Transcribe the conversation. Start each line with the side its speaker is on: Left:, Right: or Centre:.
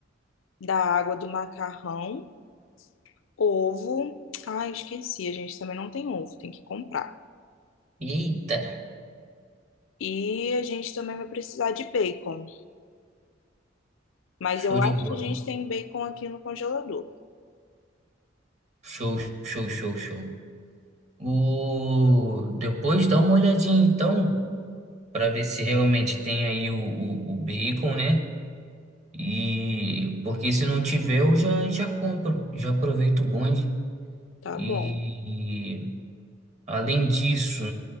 Left: da água do macarrão, ovo. Ah, esqueci, a gente também não tem ovo, tem que comprar.
Right: Eita,
Left: E a gente também vai precisar de bacon. Mas
Right: show
Left: eu
Right: de
Left: acho
Right: bola.
Left: que a gente tem bacon aqui no congelador.
Right: Show, show, show, show. O... Depois dá uma olhadinha então para ver se realmente tem aí o, o, o bacon, né? E porque se não tiver, eu já, já compro, já aproveito o bonde.
Left: Tá
Right: E,
Left: bom.
Right: e, além disso,